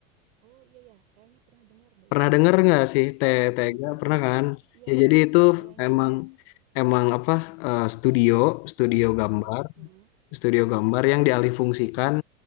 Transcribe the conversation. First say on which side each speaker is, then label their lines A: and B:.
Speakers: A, on the right; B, on the left.
A: Oh iya ya, kayaknya pernah dengar deh
B: Pernah
A: itu
B: denger
A: tuh.
B: nggak sih Te-
A: Mm-mm,
B: Tega?
A: mm-mm.
B: Pernah kan?
A: Iya,
B: Ya jadi itu
A: kayaknya.
B: emang emang apa eh, studio studio gambar
A: Heeh, heeh.
B: studio
A: Iya,
B: gambar yang dialihfungsikan